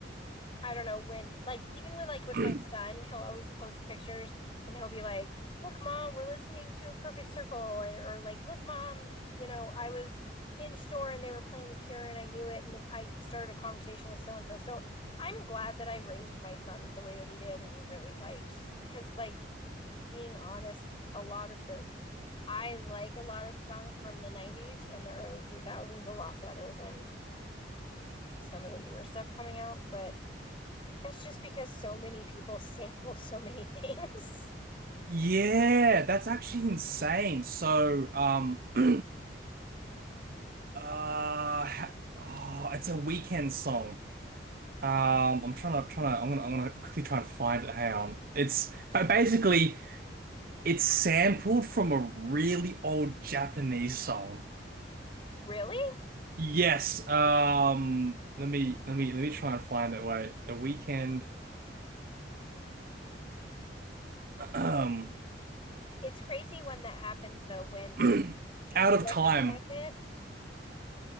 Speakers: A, on the left; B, on the right.
A: I don't know when, like, even with like with
B: <clears throat>
A: my son, he'll always post pictures and he'll be like, "Look, mom, we're listening to a Perfect Circle," or, or like, "Look, mom, you know, I was in a store and they were playing The Cure and I knew it and I started a conversation with so and so." So I'm glad that I raised my son the way that he did and he really likes because, like, being honest, a lot of the I like a lot of the songs from the 90s and the early 2000s a lot better than some of the newer stuff coming out, but that's just because so many people <laughs> sample so many things.
B: Yeah, that's actually insane. So
A: <laughs>
B: um <clears throat> uh ha- oh, it's a weekend song. Um, I'm trying to trying to I'm gonna I'm gonna quickly try and find it. Hang on. It's but basically it's sampled from a really old Japanese song.
A: really?
B: Yes. Um. Let me let me let me try and find it. Wait. The Weekend. Um.
A: It's crazy when that happens though, when
B: <clears throat>
A: you
B: Out of
A: recognize
B: Time.
A: it.